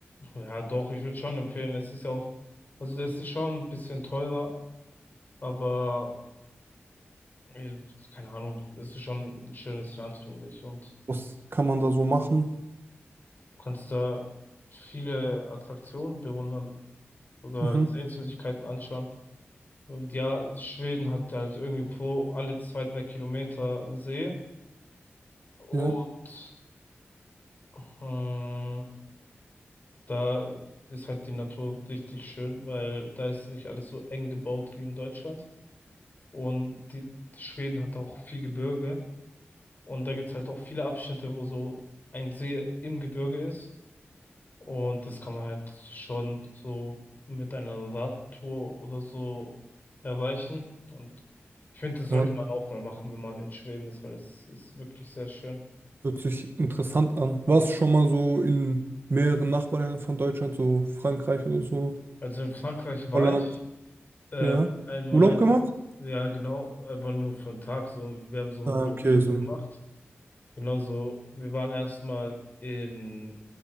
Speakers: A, on the left; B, on the right.
A: ja doch, ich würde schon empfehlen. Es ist ja auch, also das ist schon ein bisschen teurer, aber äh, keine Ahnung, es ist schon ein schönes Land, finde ich. Und
B: Was kann man da so machen?
A: du kannst da viele Attraktionen bewundern oder
B: Mhm.
A: Sehenswürdigkeiten anschauen. Und Ja, Schweden hat halt irgendwie pro alle zwei, drei Kilometer See und
B: Ja.
A: ähm, da ist halt die Natur richtig schön, weil da ist nicht alles so eng gebaut wie in Deutschland. Und die Schweden hat auch viel Gebirge. Und da gibt's halt auch viele Abschnitte, wo so ein See im Gebirge ist. Und das kann man halt schon so mit einer Radtour oder so erreichen. Und ich finde, das sollte
B: Ja.
A: man auch mal machen, wenn man in Schweden ist, weil es ist wirklich sehr schön.
B: Hört sich interessant an. Warst du schon mal so in mehreren Nachbarländern von Deutschland, so Frankreich oder so,
A: Also in Frankreich war
B: Holland,
A: ich ähm,
B: ja?
A: einmal,
B: Urlaub gemacht?
A: ja genau, aber nur für einen Tag. So, wir haben so einen
B: Ah,
A: Roadtrip
B: okay, so.
A: gemacht. Genauso, wir waren erstmal in